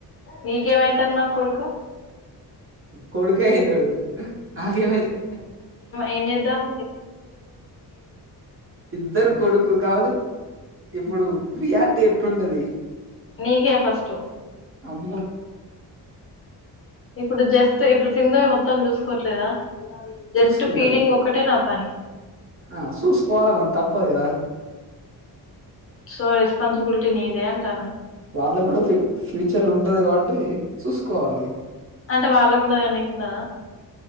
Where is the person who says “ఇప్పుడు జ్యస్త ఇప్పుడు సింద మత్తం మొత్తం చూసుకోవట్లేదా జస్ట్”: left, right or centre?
Left